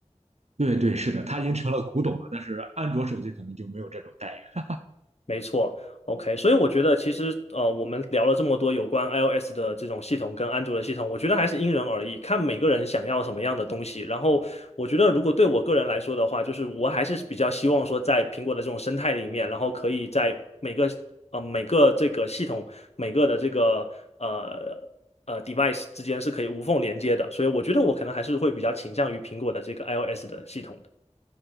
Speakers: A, on the right (about 65°); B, on the left (about 60°).
A: 对对，是的，它已经成了古董了，但是安卓手机可能就没有这种待遇。
B: 没错，OK，所以我觉得其实呃，我们聊了这么多有关 iOS 的这种系统跟安卓的系统，我觉得还是因人而异，看每个人想要什么样的东西。然后我觉得，如果对我个人来说的话，就是我还是比较希望说，在苹果的这种生态里面，然后可以在每个呃每个这个系统每个的这个呃呃 device 之间是可以无缝连接的。所以我觉得我可能还是会比较倾向于苹果的这个 iOS 的系统的